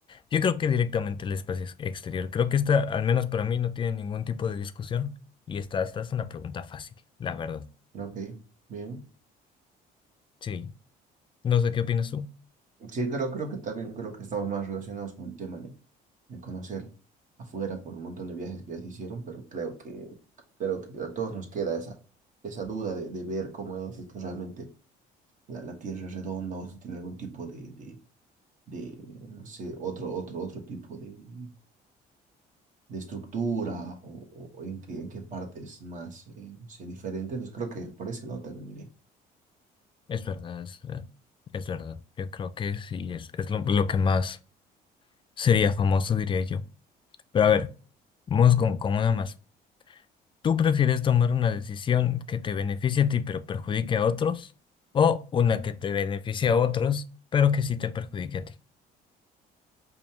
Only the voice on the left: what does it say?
yo creo que directamente el espacio ex- exterior. Creo que esta, al menos para mí, no tiene ningún tipo de discusión y esta, esta es una pregunta fácil, la verdad.
Sí, no sé qué opinas tú.
Es verdad, es verdad, es verdad. Yo creo que sí, es, es lo lo que más sería famoso, diría yo. Pero a ver, vamos con, con una más. ¿Tú prefieres tomar una decisión que te beneficie a ti pero perjudique a otros? ¿O una que te beneficie a otros pero que sí te perjudique a ti?